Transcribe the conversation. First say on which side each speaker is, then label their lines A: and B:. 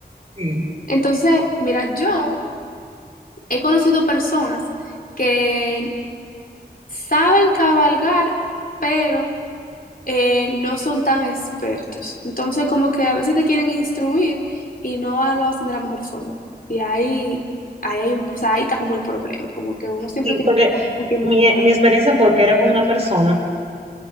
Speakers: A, on the right; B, on the left.
A: sí,
B: Entonces, mira, yo he conocido personas que saben cabalgar, pero eh, no son tan expertos. Entonces, como que a veces te quieren instruir y no a- lo hacen de la mejor forma. Y ahí, ahí hay un, o sea, ahí está como el problema, como que uno siempre
A: sí,
B: tiene
A: porque
B: que saber con quién
A: mi,
B: montar.
A: mi experiencia fue que era con una persona